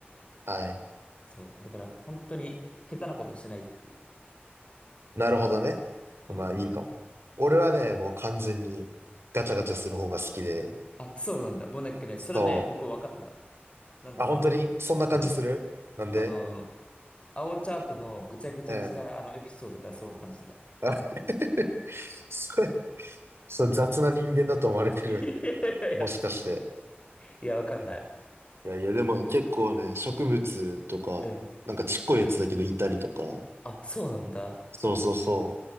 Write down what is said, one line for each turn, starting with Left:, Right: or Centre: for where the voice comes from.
Right: はい。
Left: そう。だから本当に下手なことしないっていう。
Right: なるほどね。
Left: そう。
Right: まあいいかも。俺はね、もう完全にガチャガチャする方が好きで。
Left: あ、そうなんだ。もうなんかね、
Right: そ
Left: それね、僕分かってた。なんでか分かるうん。
Right: う。あ、本当にそんな感じするなんで
Left: あの、青チャートのぐちゃぐちゃにしたあのエピソードからそう感じてた。
Right: うん。あ <laughs> それ、そう、雑な人間だと思われてる。
Left: いやいやいや。
Right: もしかして。
Left: いや、わかんない。
Right: いやいや、でも結構ね、植物とか、
Left: うん。
Right: なんかちっこいやつだけどいたりとか。
Left: あ、そうなんだ。
Right: そうそうそ